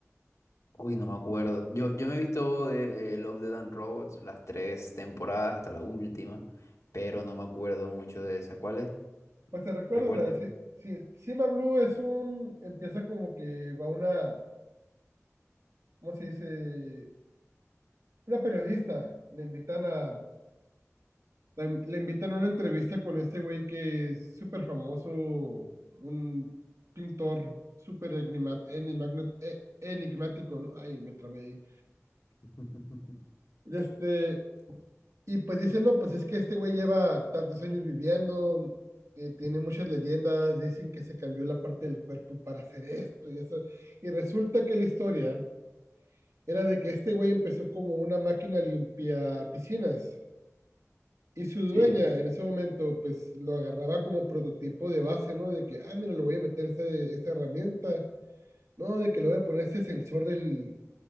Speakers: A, on the left (about 70°); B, on the right (about 70°).
A: Uy, no me acuerdo. Yo, yo me he visto de eh, Love, Death and Robots las tres temporadas hasta la última, pero no me acuerdo mucho de esa. ¿Cuál es?
B: Pues te recuerdo,
A: Recuérdame.
B: la de Ci- Ci- Cima Blue es un, empieza como que va una, ¿cómo se dice? Una periodista, le invitan a, la in- le invitan a una entrevista con este güey que es súper famoso, un pintor súper enigma- enigma- eh, enigmático, ¿no? Ay, me trabé ahí.
A: <laughs>
B: Este, Y pues dicen, no, pues es que este güey lleva tantos años viviendo, eh, tiene muchas leyendas, dicen que se cambió la parte del cuerpo para hacer esto y eso. Y resulta que la historia era de que este güey empezó como una máquina limpia piscinas y su dueña
A: Sí.
B: en ese momento pues lo agarraba como prototipo de base, ¿no? De que, ah, mira, le voy a meter esta, esta herramienta, ¿no? De que le voy a poner este sensor del,